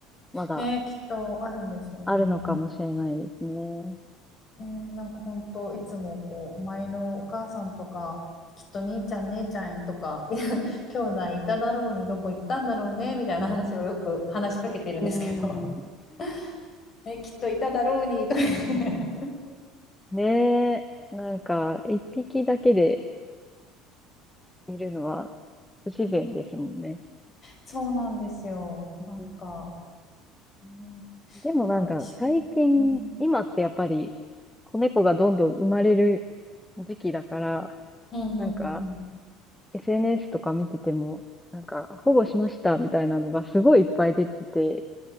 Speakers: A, in the centre; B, on the left.
A: まだ
B: ね、きっとあるんでしょうね。
A: あるのかもしれないですね。
B: えーなんか本当いつもこうお前のお母さんとかきっと兄ちゃん姉ちゃんとかいや兄弟いただろうにどこ行ったんだろうねみたいな話をよく話しかけてるんですけど
A: うん。
B: <laughs> ねきっといただろうにとか <laughs>
A: ねえ、なんか、一匹だけでいるのは不自然ですもんね。
B: そうなんですよなんか、
A: うん
B: うん
A: でもなんか、
B: だからし、
A: 最近、
B: うん、
A: 今ってやっぱり、子猫がどんどん生まれる時期だから、
B: うんうんうんうん
A: なんか、SNS とか見てても、なんか、保護しましたみたいなのがすごいいっぱい出てて、